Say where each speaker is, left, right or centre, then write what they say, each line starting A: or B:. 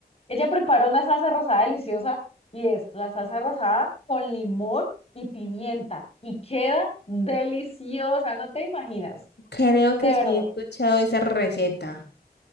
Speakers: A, on the left; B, on the left.
A: Ella prepara una salsa rosada deliciosa y es la salsa rosada con limón y pimienta y queda deliciosa, no te imaginas,
B: Creo
A: de
B: que sí
A: verdad,
B: he escuchado esa receta.